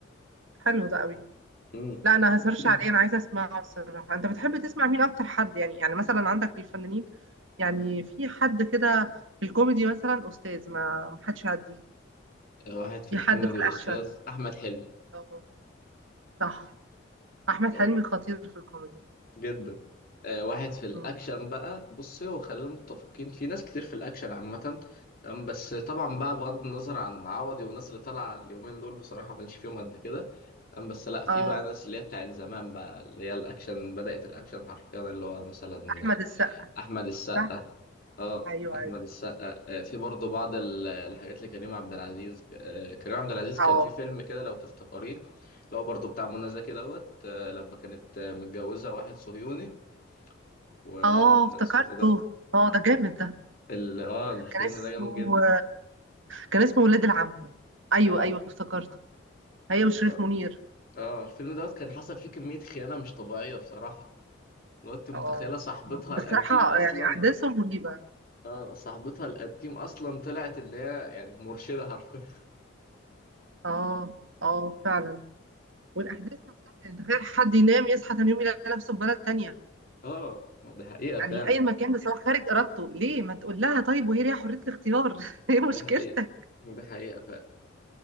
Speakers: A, on the right; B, on the left.
A: حلو ده قوي
B: مم.
A: لا انا هسيرش
B: <clears throat>
A: عليه انا عايزة اسمعه الصراحة انت بتحب تسمع مين اكتر حد يعني يعني مثلا عندك في الفنانين يعني في حد كده في الكوميدي مثلا استاذ ما ما حدش يعديه
B: واحد في
A: في
B: الكوميدي
A: حد في الاكشن
B: أستاذ أحمد حلمي
A: اه صح احمد
B: أو
A: حلمي خطير في الكوميدي
B: جدا آه، واحد في الأكشن
A: مم.
B: بقى بصي وخلينا متفقين في ناس كتير في الأكشن عامة تمام بس طبعا بقى بغض النظر عن عوضي والناس اللي طالعة اليومين دول بصراحة ما كانش فيهم قد كده تمام بس لا في
A: اه
B: بقى ناس اللي هي بتاعت زمان بقى اللي هي الأكشن بدأت الأكشن حرفيا اللي هو مثلا
A: احمد السقا
B: أحمد السقا
A: صح
B: اه
A: ايوه
B: احمد
A: ايوه
B: السقا آه، في برضه بعض ال- الحاجات لكريم عبد العزيز آه، كريم عبد العزيز
A: اه
B: كان في فيلم كده لو تفتكريه اللي هو برضه بتاع منى زكي دوت آه، لما كانت آه، متجوزه واحد صهيوني واسمه
A: اه افتكرته
B: إيه ده
A: اه ده جامد ده
B: ال... اه الفيلم
A: كان اسمه
B: ده جامد جدا
A: كان اسمه ولاد العم ايوه
B: اه
A: ايوه افتكرته هي وشريف
B: ف-
A: منير
B: اه الفيلم دوت كان حصل فيه كميه خيانه مش طبيعيه بصراحه لو انت متخيله
A: اه
B: صاحبتها
A: بصراحة
B: الانتيم اصلا
A: يعني أحداثه مرعبة
B: اه صاحبتها الانتيم اصلا طلعت اللي هي يعني مرشده حرفيا
A: اه اه فعلا والأحداث نفسها يعني تخيل حد ينام يصحى تاني يوم يلاقي نفسه في بلد تانية
B: اه ده حقيقه فعلا
A: يعني أي مكان بس هو خارج إرادته ليه ما تقول لها طيب وهي ليها حرية الاختيار <laughs> ايه مشكلتك
B: ده حقيقة ده حقيقة فعلا